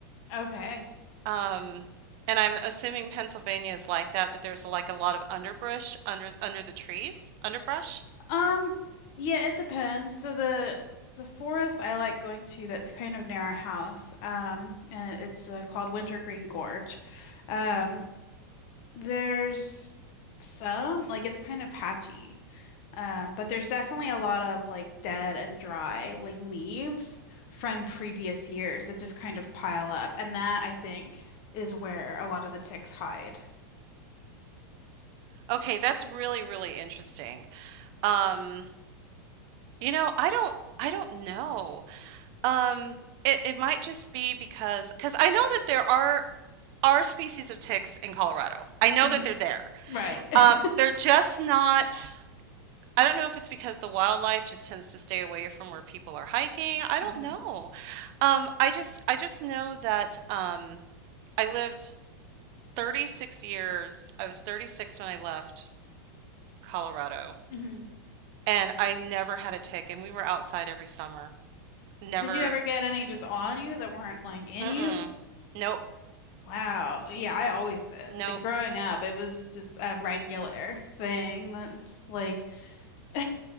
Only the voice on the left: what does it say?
Okay.
Um, yeah, it depends. So the the forest I like going to that's kind of near our house. Um, and it- it's uh, called Wintergreen Gorge. Um, There's some, like it's kind of patchy. Um, but there's definitely a lot of like dead and dry, like leaves from previous years that just kind of pile up. And that I think is where a lot of the ticks hide.
Mhm.
Right. <laughs>
Mhm.
Mhm.
Did you ever get any just on you that weren't like in
you?
Wow. Yeah, I always did.
Like growing up, it was just a regular thing that like <laughs>